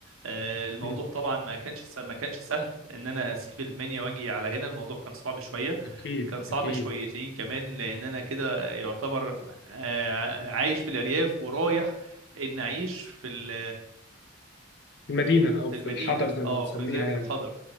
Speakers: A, on the right; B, on the left.
A: آه، الموضوع
B: مم.
A: طبعا ما كانش س- ما كانش سهل <laughs> ان انا اسيب المنيا واجي على هنا الموضوع كان صعب شويه
B: اكيد
A: كان صعب
B: اكيد
A: شويتين كمان لان انا كده يعتبر آه، عايش في الارياف ورايح ان اعيش في ال
B: في المدينة أو
A: في
B: في
A: المدينه
B: الحضر زي
A: اه
B: ما بنسميها
A: كنت زي في
B: يعني
A: الخضر